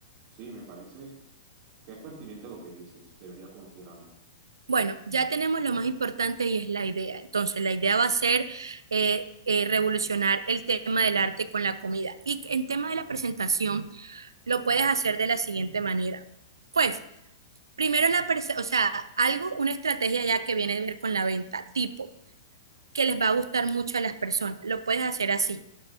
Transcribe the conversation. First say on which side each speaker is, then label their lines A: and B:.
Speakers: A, on the right; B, on the right.
A: Sí, me parece que es pertinente lo que dices, debería considerarlo.
B: Bueno, ya tenemos lo más importante y es la idea. Entonces, la idea va a ser eh, eh, revolucionar el tema del arte con la comida. Y en tema de la presentación, lo puedes hacer de la siguiente manera. Pues, primero la perse- o sea, algo, una estrategia ya que viene a ver con la venta, tipo, que les va a gustar mucho a las personas. Lo puedes hacer así